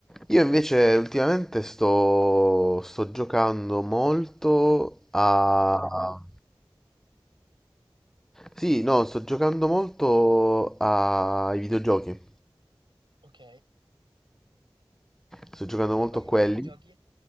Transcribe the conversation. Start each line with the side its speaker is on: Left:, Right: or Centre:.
Centre: Io invece ultimamente sto, sto giocando molto a...
Right: Eh, dimmi, dimmi.
Centre: Sì, no, sto giocando molto ai videogiochi.
Right: Ok.
Centre: Sto giocando molto
Right: Quali,
Centre: a quelli.
Right: quali giochi?